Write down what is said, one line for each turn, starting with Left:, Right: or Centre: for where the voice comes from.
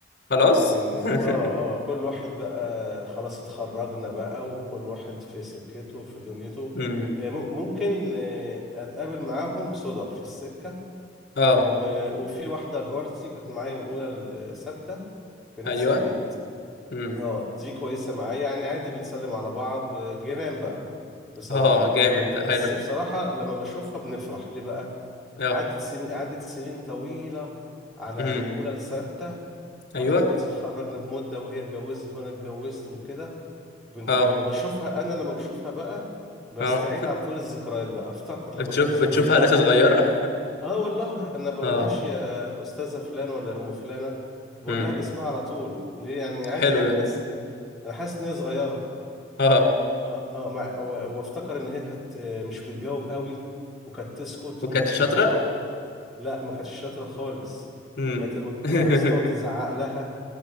Left: خلاص
Centre: من
Left: <laughs>
Centre: اه اه كل واحد بقى خلاص اتخرجنا بقى وكل واحد في سكته في دنيته
Left: امم
Centre: آه، مم- ممكن آه، اتقابل معاهم صدف في السكه
Left: اه
Centre: و... وفي واحدة جارتي كانت معايا من أولى لستة في نفس
Left: ايوه
Centre: البيت
Left: امم
Centre: اه دي كويسة معايا يعني عادي بنسلم على بعض جيران بقى بصراحة
Left: اه جامد ده
Centre: بس
Left: حلو
Centre: بصراحة لما بشوفها بنفرح ليه بقى
Left: اه
Centre: عدت سنين عدت سنين طويلة على
Left: امم
Centre: من أولى لستة وإحنا
Left: ايوه
Centre: دلوقتي اتخرجنا بمدة وهي اتجوزت وأنا اتجوزت وكده بن...
Left: اه
Centre: لما بشوفها أنا لما بشوفها بقى بستعيد
Left: اه
Centre: على طول الذكريات بقى أفتكر لما
Left: بتشوف
Centre: كانت صغيرة
Left: بتشوفها لسه صغيرة
Centre: اه والله
Left: <laughs>
Centre: انا بقولهاش
Left: اه
Centre: يا استاذه فلان ولا ام فلانه بقول
Left: امم
Centre: لها باسمها على طول ليه يعني عادي
Left: حلو
Centre: احس
Left: ده
Centre: ان انا حاسس ان هي صغيره
Left: اه
Centre: اه اه مع... و- وافتكر ان هي كانت مش بتجاوب قوي وكانت تسكت
Left: وكانتش
Centre: والمدرسه
Left: شاطرة
Centre: كانت تقعد لا ما كانتش شاطره خالص
Left: امم
Centre: كانت المد-
Left: <laughs>
Centre: المدرسه تقعد تزعق لها